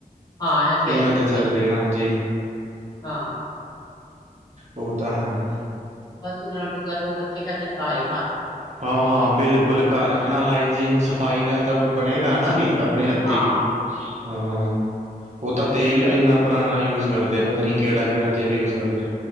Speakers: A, on the left (about 25°); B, on the right (about 50°).
A: ਹਾਂ ਇਹ ਤੇ
B: ਇਹਨਾਂ
A: ਹੈ ਹੀ ਹੈ
B: ਦੇ
A: ਬੇਟੇ
B: ਚਲਦੇ ਹਾਂਜੀ।
A: ਹਾਂ।
B: ਉਹ ਤਾਂ ਹੈਗਾ।
A: ਬਸ ਇਹਦੇ ਨਾਲ ਚੰਗਾ ਜੋ ਉਹ ਬੱਚੇ ਕਹਿੰਦੇ ਨੇ ਘਰ ਈ
B: ਹਾਂ ਹਾਂ ਬਿਲਕੁਲ ਘਰ ਆਪਣਾ ਹਾਈਜੀਨ ਸਫਾਈ ਨਾਲ ਤਾਂ ਬਣੇਗਾ ਨਾ ਵੀ। ਆਪਣੇ ਹੱਥੀ
A: ਹਾਂ
B: ਹਾਂ, ਉਹ ਤਾਂ ਤੇਲ ਵੀ
A: ਅਸੀਂ
B: ਇੰਨਾ ਪੁਰਾਣਾ ਯੂਜ ਪਲ ਕਰਦੇ ਪਤ ਪਤਾ ਨੀ ਕਿਹੜ- ਕਿਹੜਾ ਤੇਲ ਯੂਜ ਕਰਦੇ